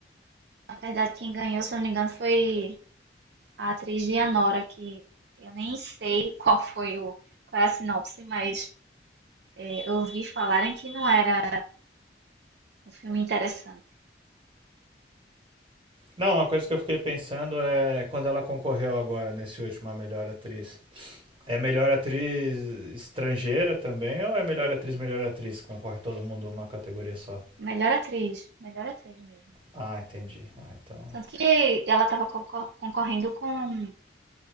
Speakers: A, on the right; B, on the right.
A: Na verdade, quem ganhou, se eu não me engano, foi a atriz Dianora, que eu nem sei qual foi o, qual é a sinopse, mas eh, eu ouvi falarem que não era um filme interessante.
B: Não, uma coisa que eu fiquei pensando é quando ela concorreu agora nesse último a melhor atriz. É melhor atriz estrangeira também ou é melhor atriz, melhor atriz? Concorre todo mundo uma categoria só.
A: Melhor atriz, melhor atriz mesmo.
B: Ah, entendi. Ah, então.
A: Tanto que ela estava concorrendo com.